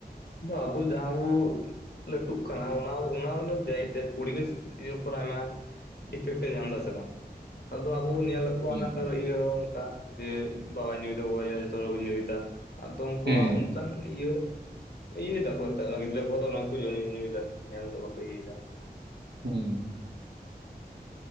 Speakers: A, on the left; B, on the right.
A: ᱟᱵᱩ ᱡᱟᱸᱦ ᱵᱚ ᱾ ᱞᱟᱹᱴᱩᱜ ᱠᱟᱱᱟ ᱚᱱᱟ ᱚᱱᱡᱟᱭᱤ ᱯᱚᱨᱤᱵᱮᱥᱯᱚᱨ ᱟᱭᱢᱟ ᱾ ᱤᱯᱷᱮᱠᱴ ᱮ ᱧᱟᱢ ᱮᱫᱟ ᱥᱮ ᱵᱟᱝ ᱟᱫᱚ ᱟᱵᱚ ᱧᱮᱞ-ᱟ ᱾ ᱫᱩ ᱚᱱᱟ
B: ᱦᱩᱸ
A: ᱠᱚᱨᱮ ᱤᱭᱟᱹ ᱚᱱᱠᱟ ᱡᱮ ᱵᱟᱵᱟᱭ ᱧᱩᱭᱮᱫᱟ ᱵᱟ ᱡᱚᱛᱚ ᱦᱚᱲ ᱠᱚ ᱧᱩᱭᱮᱫᱟ ᱾ ᱟᱫᱚ ᱩᱱᱠᱩᱣᱟᱜ
B: ᱦᱩᱸ
A: ᱚᱱᱠᱟᱱ ᱤᱭᱟᱹ ᱾ ᱤᱭᱟᱹᱭ ᱫᱟᱠᱚ ᱜᱤᱫᱽᱨᱟᱹ ᱠᱚ ᱚᱱᱟ ᱠᱚ ᱡᱚᱢ ᱧᱩᱭᱮᱫᱟ ᱧᱮᱞ ᱵᱟᱠᱚ ᱤᱭᱟᱹᱭᱮᱫᱟ ᱾
B: ᱦᱮᱸ ᱾